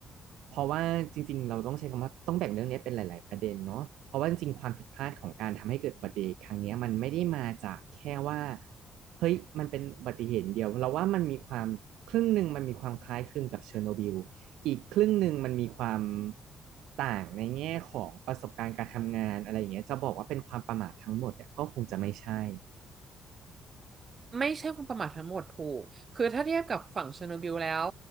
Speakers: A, on the right; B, on the right.
A: เพราะว่าจริงๆเราต้องใช้คำว่าต้องแบ่งเรื่องนี้เป็นหลายๆประเด็นเนาะเพราะว่าจริงๆความผิดพลาดของการทำให้เกิดอุบัติเหตุครั้งเนี้ยมันไม่ได้มาจากแค่ว่าเฮ้ยมันเป็นอุบัติเหตุเดียวเราว่ามันมีความครึ่งหนึ่งมันมีความคล้ายคลึงกับเชอร์โนบิลอีกครึ่งหนึ่งมันมีความต่างในแง่ของประสบการณ์การทำงานอะไรอย่างเงี้ยจะบอกว่าเป็นความประมาททั้งหมดเนี่ยก็คงจะไม่ใช่
B: ไม่ใช่ความประมาททั้งหมดถูก คือถ้าเทียบกับฝั่งเชอร์โนบิลแล้ว